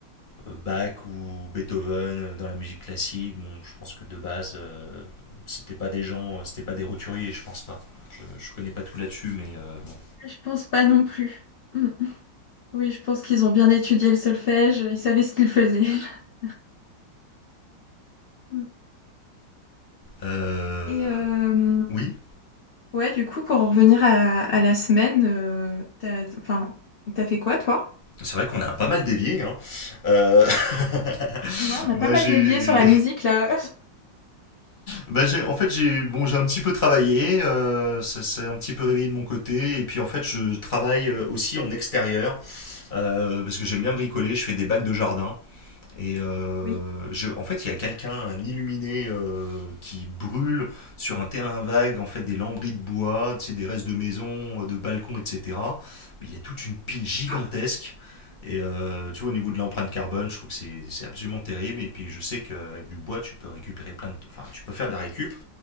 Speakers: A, on the left; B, on the left.
A: euh, Bach ou Beethoven euh, dans la musique classique, bon, je pense que de base, euh, c'était pas des gens, euh, c'était pas des roturiers, je pense pas. Je, je connais pas tout là-dessus, mais euh, bon.
B: je pense pas non plus. Mm. Oui, je pense qu'ils ont bien étudié le solfège, ils savaient ce qu'ils faisaient. <laughs> Mm.
A: Euh,
B: Et euh,
A: oui,
B: ouais, du coup, pour en revenir à, à la semaine, euh, t'as, enfin, t'as fait quoi toi?
A: c'est vrai qu'on a pas mal dévié. Hein. Euh, <laughs>
B: Ouais, on a
A: bah
B: pas mal
A: j'ai,
B: dévié sur la musique là.
A: bah j'ai, en fait j'ai, bon j'ai un petit peu travaillé, euh, ça s'est un petit peu réveillé de mon côté, et puis en fait je travaille euh, aussi en extérieur euh, parce que j'aime bien bricoler. Je fais des bacs de jardin, Et euh,
B: <laughs> Oui.
A: je, en fait, il y a quelqu'un, un illuminé, euh, qui brûle sur un terrain vague, en fait, des lambris de bois, tu sais, des restes de maisons, euh, de balcons, etc. Mais il y a toute une pile gigantesque.
B: D'accord.
A: Et euh, tu vois, au niveau de l'empreinte carbone, je trouve que c'est c'est absolument terrible. Et puis, je sais qu'avec du bois, tu peux récupérer plein de. Enfin, tu peux faire de la récup.